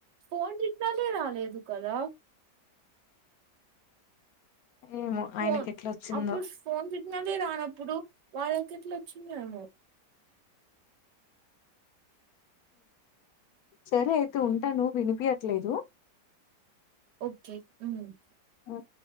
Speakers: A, on the right (about 75°); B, on the left (about 70°).
A: ఫోన్ సిగ్నలే రాలేదు కదా
B: ఏమో ఆయనకి
A: ఫోన్
B: ఎట్లా వచ్చిందో
A: అప్పుడు ఫోన్ సిగ్నలే రానప్పుడు వాళ్ళకేట్లా వచ్చిందో ఏమో
B: సరే అయితే ఉంటాను వినిపియట్లేదు
A: ఓకే ఐ మీన్
B: నో